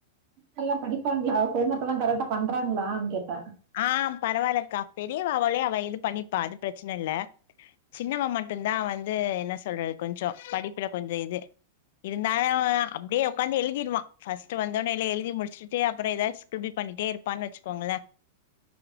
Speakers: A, on the right (about 45°); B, on the left (about 60°).
A: நல்ல படிப்பாங்களா ஹோம் ஒர்க் எல்லா கரெட்டா பண்றாங்களா கேட்ட
B: ஆ பரவாயில்லக்கா பெரியவ அவளே அவெ இது பண்ணிப்பா அது பிரச்சன இல்ல சின்னவ மட்டு தா வந்த் இது என்ன சொல்றது கொஞ்சோ படிப்புல கொஞ்சோ இது இருந்தாலு அவ அப்படியே உட்காந்து எழுதிடுவான் ஃபஸ்டு வந்தடனேல்ல எழுதி முடிச்சட்டுப்புறம்தாவது <unintelligible> பண்ணிட்டேப்பான்னு வச்சுோங்களன்